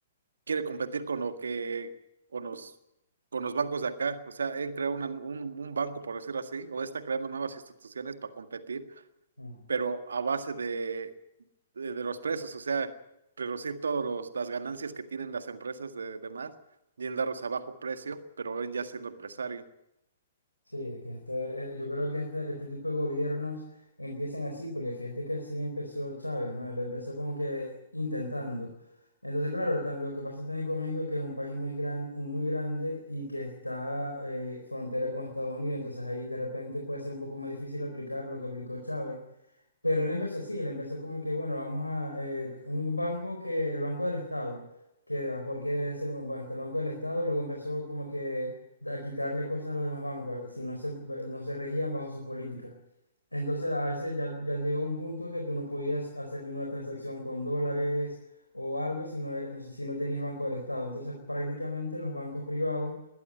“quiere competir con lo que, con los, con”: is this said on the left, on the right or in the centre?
Right